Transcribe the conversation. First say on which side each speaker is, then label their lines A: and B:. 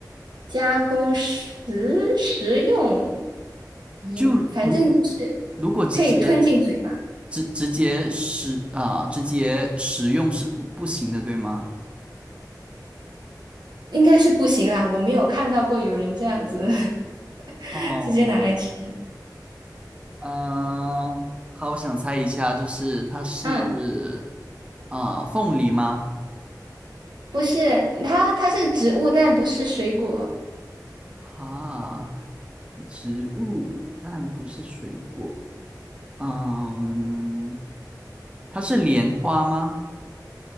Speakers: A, on the right; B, on the right.
A: 加工食食用饮，
B: 就如
A: 反正就是
B: 如果直接
A: 可以吞进嘴巴，
B: 直直接使啊、直接使用是不不行的，对吗？
A: 应该是不行啦，我没有看到过有人这样子 <laughs>
B: 哦，
A: 直接拿来吃
B: 嗯、好我想猜一下，就是它是
A: 啊。
B: 啊、凤梨吗？
A: 不是，它它是植物，但不是水果
B: 哈，植物，但不是水果。嗯，它是莲花吗？